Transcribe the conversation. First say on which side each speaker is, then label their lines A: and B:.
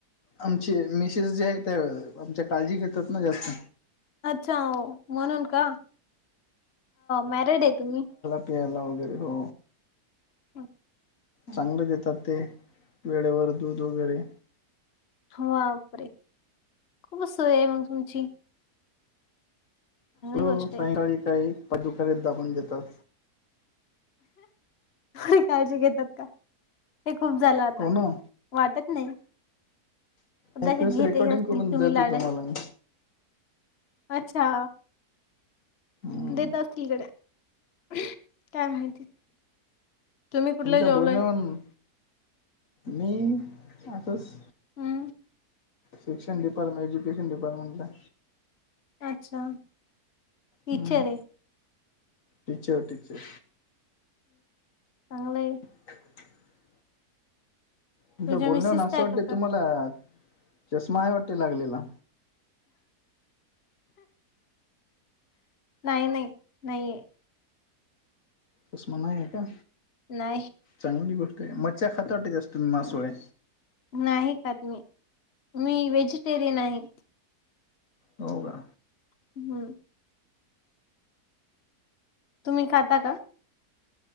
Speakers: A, on the left; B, on the left.
A: आमचे मिसेस जे आहेत त्या आमच्या काळजी घेतात ना जास्त
B: अच्छा म्हणून का, मॅरेड आहे तुम्ही?
A: पियाला वगैरे हो
B: हम.
A: चांगल देतात ते, वेळेवर दूध वगैरे.
B: बापरे खूप सोय मग तूमची
A: हो
B: गोष्ट आहे
A: सायकाळी काही पायदाबून, देतात.
B: एवढी काळजी घेतात का हे खूप झालं आता
A: हो ना
B: वाटत नाही कदाचित
A: एकदिवस
B: घेते
A: रेकॉर्डिंग
B: असतील
A: करून
B: तुम्ही
A: देतो,
B: लाड
A: तुम्हाला मी.
B: अच्छा
A: हम्म
B: देत असतील गडे, काय माहिती? तुम्ही कुठल्या
A: तुमच्या
B: जॉबला
A: बोलण्यावरून
B: आहे?
A: मी आताच
B: हम्म
A: शिक्षण डिपार्टमेंट ऐज्यूकेशन डिपार्टमेंटला
B: अच्छा! टीचर
A: हम्
B: आहे
A: टीचर, टीचर
B: चांगल आहे.
A: <inaudible> तुमच्या
B: तुझ्या
A: बोलण्या
B: मिसेस
A: वरून असं
B: काय
A: वाटते,
B: करतात?
A: तुम्हाला चष्मा आहे वाटे लागलेला.
B: नाही नाही नाहीये, !
A: चष्मा नाही आहे का?
B: नाहीय.
A: चांगली गोष्ट आहे, मछया खाता वाटते जास्त मासोळे.
B: नाही खात मी, मी व्हेजिटेरियन आहे.
A: हो का
B: हम्म. तुम्ही खाता का?